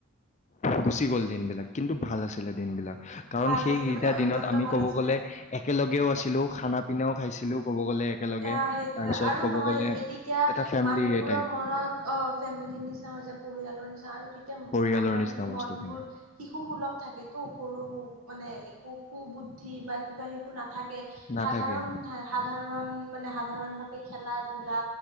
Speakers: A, on the left (about 35°); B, on the right (about 85°).
A: গুচি গ'ল দিনবলাক কিন্তু ভাল আছিল লে দিনবিলাক কাৰণ
B: ভাল
A: সেইকেইটা
B: আছিলে মানে অত্যন্ত
A: দিনত আমি
B: ভাল
A: ক'ব
B: আছিলে
A: গ'লে একেলগেও আছিলো খানা পিনাও খাইছিলো ক'ব গ'লে একেলগে।
B: অ সেইটোয়ে
A: তাৰপিছত
B: আৰু
A: ক'ব
B: নহয়
A: গ'লে
B: সেই তেতিয়া
A: এটা ফেমিলি
B: মানুহবোৰৰ
A: টাইপ
B: মনত অ ফেমিলিৰ নিচিনা হৈ যায় পৰিয়াল নিচিনা তেতিয়া
A: পৰিয়ালৰ
B: আমাৰ
A: নিচিনা
B: মানে
A: বস্তুখিনি
B: মন বোৰ শিশু সুলভ থাকেতো সৰু মানে <unintelligible> সু-বুদ্ধি বা কিবা সেইবোৰ নাথাকে।
A: নাথাকে।
B: সাধাৰণ হে- সাধাৰণ মানে সাধাৰণভাৱে খেলাধূলা